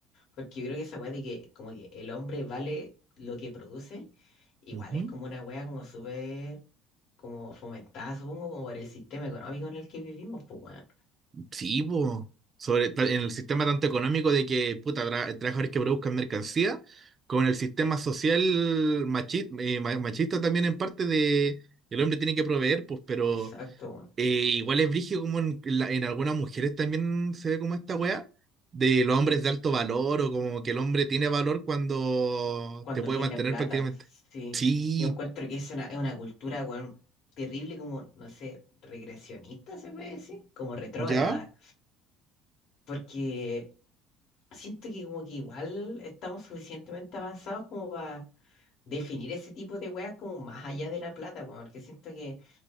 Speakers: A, on the left (about 50°); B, on the right (about 25°).
A: Porque yo creo que esa weá de que como que el hombre vale lo que produce, igual
B: Ujú.
A: es como una weá como súper como fomentada, supongo, como por el sistema económico en el que vivimos, pues bueno.
B: Sí, po. Sobre, ta- en el sistema tanto económico de que, puta, tra- trabajadores que produzcan mercancía, con el sistema social machi- eh, ma- machista también en parte de el hombre tiene que proveer, pues, pero
A: Exacto, weón.
B: eh, igual es brígido como en, la- en algunas mujeres también se ve como esta weá, de los hombres de alto valor o como que el hombre tiene valor cuando
A: Cuando
B: te puede
A: tiene
B: mantener
A: plata,
B: prácticamente.
A: sí.
B: Sí,
A: Yo encuentro que es una, es una cultura, weón, terrible, como, no sé, regresionista se puede decir, como retrógrada.
B: ya,
A: Porque siento que como que igual estamos suficientemente avanzados como para definir ese tipo de weas como más allá de la plata, weón. Porque siento que,